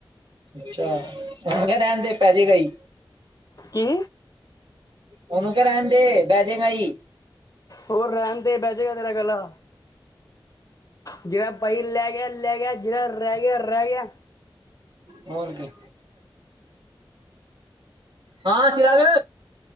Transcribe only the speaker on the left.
ਕੀ।
ਹੋਰ ਰਹਿਣ ਦੇ, ਬਹਿ ਜੇਗਾ ਤੇਰਾ ਗਲਾ। ਜਿਹੜਾ ਭਾਈ, ਲੈ ਗਿਆ- ਲੈ ਗਿਆ। ਜਿਹੜਾ ਰਹਿ ਗਿਆ- ਰਹਿ ਗਿਆ।